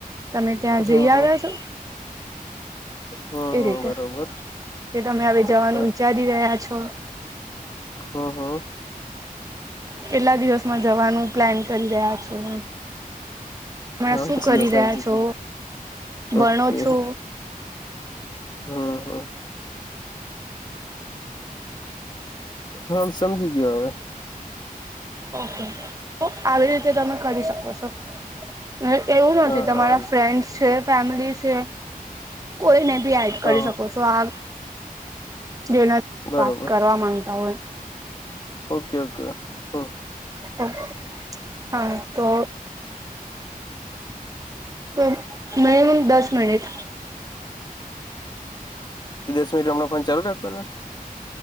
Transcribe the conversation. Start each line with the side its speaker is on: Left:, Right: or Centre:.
Right: તમે ત્યાં
Left: હા
Right: જઈ આવ્યા
Left: હા
Right: છો.
Left: હમ
Right: એ
Left: હમ
Right: રીતે
Left: બરોબર
Right: તે તમે હવે જવાનું
Left: અચ્છા
Right: વિચારી રહ્યા છો. તો <unintelligible>
Left: હમ હમ
Right: કેટલા દિવસમાં જવાનું પ્લાન કરી રહ્યા છો હ હમણાં
Left: હા
Right: શું
Left: જી
Right: કરી
Left: સમજી
Right: રહ્યા છો
Left: ગયું ઓકે
Right: ભણો છો
Left: હમ હા હા સમજી ગયા હવે
Right: ઓકે આવી રીતે <unintelligible> જે તમે કરી શકો છો. હ <unintelligible> એવું નથી
Left: હા
Right: તમારા
Left: હા વાંધ
Right: ફ્રેન્ડસ છે. ફેમલી છે કોઈ નહી બી એડ કરી
Left: હા હા
Right: શકો છો આ જેના
Left: બરોબર
Right: વાત કરવા માંગતા હોય
Left: ઓકે ઓકે હ
Right: હમ <unintelligible> હા તો તો મેમ દસ મિનિટ
Left: દસ મિનિટ હમણાં ફોન ચાલુ રાખવાનો.